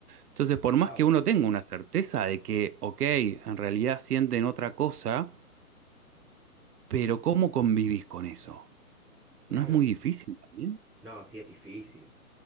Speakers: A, on the right; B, in the centre.
A: Entonces, por más
B: Wow,
A: que uno tenga una certeza de que, ok, en realidad sienten otra cosa, pero ¿cómo convivís con eso?
B: claro.
A: ¿No es muy difícil también?
B: No, sí es difícil.